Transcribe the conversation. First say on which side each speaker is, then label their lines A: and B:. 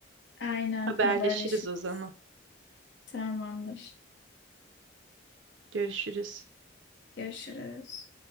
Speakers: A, on the left (about 60°); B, on the right (about 70°).
A: Aynen
B: haberleşiriz
A: haberleşiriz.
B: o zaman.
A: Tamamdır.
B: Görüşürüz.
A: Görüşürüz.